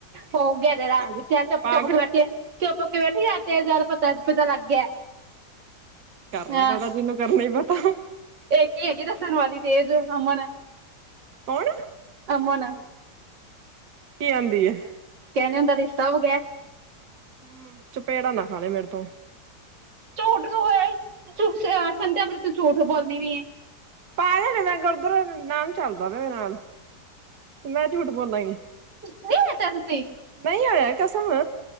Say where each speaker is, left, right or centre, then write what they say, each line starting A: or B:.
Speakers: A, on the right (about 85°); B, on the right (about 65°).
A: ਹੋ ਗਿਆ ਤੇਰਾ
B: ਆਜੇ
A: ਚੱਲ ਚੁਪ-ਚੁਪ
B: ਪਾਗ
A: ਕੇ ਬੈਠੇ ਚੁੱਪ ਕੇ ਬੈਠੇ ਕਿ ਹੋਇਆ ਤੇਰਾ ਪਤਾ ਲੱਗ ਗਿਆ।
B: ਕਰਲਾ
A: ਹਾਂ
B: ਪਤਾ ਜਿਹਨੂੰ ਕਰਨਾ ਹੀ ਪਤਾ
A: ਇੱਕ ਹੀ ਹੈਗੀ ਦੱਸਣ ਵਾਲੀ ਤੇਜ ਅਮਨ
B: ਕੌਣ?
A: ਅਮਨ
B: ਕੀ ਆਂਦੀ ਐ,
A: ਕਹਿਦੇ ਨੇ ਉੁਂਨਦਾ ਰਿਸ਼ਤਾ ਹੋ ਗਿਆ।
B: ਹੂ ਚਪੇੜਾ ਨਾ ਖਾਲੇ ਮੇਰੇ ਤੋਂ
A: ਝੂਠ ਕਿਉਂ ਬੋਲਿਆ ਆਪਣੇ ਤੂੰ ਝੂਠ ਬੋਲਦੀ ਵੀ ਹੈ।
B: ਭਾਵੇਂ ਗੁਰਦੁਆਰੇ ਨਾਮ ਚੱਲਦਾ ਮੇਰੇ ਨਾਲ ਮੈਂ ਝੂਠ ਹੋਇਆ ਨਹੀ-ਨਹੀ ਹੋਇਆ
A: ਨਹੀਂ ਤਾਂ ਸੱਚੀ
B: ਨਹੀ ਹੋਇਆ ਕਸਮ